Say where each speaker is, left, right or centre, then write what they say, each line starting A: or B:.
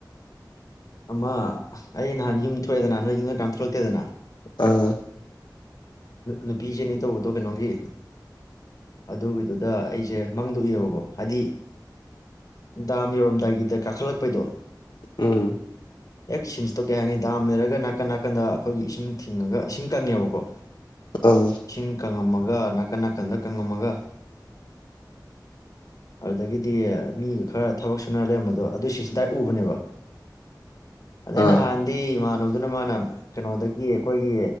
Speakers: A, on the left; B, on the left.
A: ꯑꯃ ꯑꯩ ꯅꯍꯥꯟ ꯌꯨꯝ ꯊꯣꯛꯑꯦꯗꯅ ꯅꯣꯏꯅꯤꯅ ꯀꯅꯥꯝ ꯊꯣꯛꯂꯛꯇꯦꯗꯅ
B: ꯑ
A: ꯅꯨꯄꯤꯁꯦꯅꯦ ꯇꯧꯕꯗꯣ ꯀꯩꯅꯣꯒꯤ ꯑꯗꯨꯒꯤꯗꯨꯗ ꯑꯩꯁꯦ ꯃꯪꯗ ꯎꯏꯑꯕꯀꯣ ꯍꯥꯏꯗꯤ ꯗꯥꯝ ꯌꯧꯔꯝꯗꯥꯏꯒꯤꯗ ꯀꯥꯈꯠꯂꯛꯄꯩꯗꯣ
B: ꯎꯝ
A: ꯍꯦꯛ ꯁꯤꯟꯁꯇꯣ ꯀꯩ ꯍꯥꯏꯅꯤ ꯗꯥꯝ ꯂꯩꯔꯒ ꯅꯥꯀꯟ ꯅꯥꯀꯟꯗ ꯑꯩꯈꯣꯏꯒꯤ ꯏꯁꯤꯡ ꯊꯤꯡꯉꯒ ꯏꯁꯤꯡ ꯀꯪꯉꯦꯕꯀꯣ
B: ꯑꯥ
A: ꯏꯁꯤꯡ ꯀꯪꯉꯝꯃꯒ ꯅꯥꯀꯟ ꯅꯥꯀꯟꯗ ꯀꯪꯉꯝꯃꯒ ꯑꯗꯨꯗꯒꯤ ꯗꯦ ꯃꯤꯒ ꯈꯔ ꯊꯕꯛ ꯁꯨꯅ ꯂꯩꯔꯝꯕꯗꯣ ꯑꯗꯨ ꯁꯤꯁꯤ ꯗꯥꯏꯔꯦꯛ ꯎꯕꯅꯦꯕ ꯑꯗꯩ
B: ꯑꯥ
A: ꯅꯍꯥꯟꯗꯤ ꯏꯃꯥꯟꯅꯕꯗꯨꯅ ꯃꯥꯥꯅ ꯀꯩꯅꯣꯗꯒꯤ ꯑꯈꯣꯏꯒꯤ